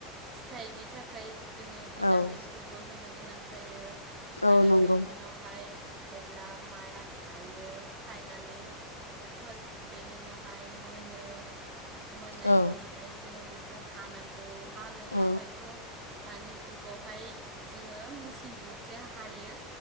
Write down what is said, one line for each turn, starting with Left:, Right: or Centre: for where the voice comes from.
Right: फिथाइनि थाखाय जोङो भिटामिनफोरबो
Left: औ
Right: होनो गोनां जायो।
Left: औ
Right: आरो
Left: नंगौ
Right: बेनि उनावहाय जेब्ला माइया थायो थायनानै <unintelligible> बेनि उनावहाय मोनो मोननायनि
Left: औ
Right: उनावहाय जोङो बे खौ हानांगौ। हानो
Left: औ
Right: थाखायथ' दानि जुगावहाय जोङो मेचिनजोंसो हायो